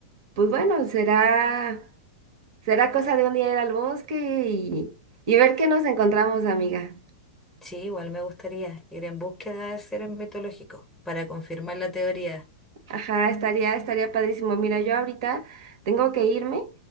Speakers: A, on the right; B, in the centre.
A: pues bueno, será, será cosa de un día ir al bosque y, y ver qué nos encontramos, amiga.
B: Sí, igual me gustaría ir en búsqueda de seres mitológicos para confirmar la teoría.
A: Ajá, estaría, estaría padrísimo. Mira, yo ahorita tengo que irme,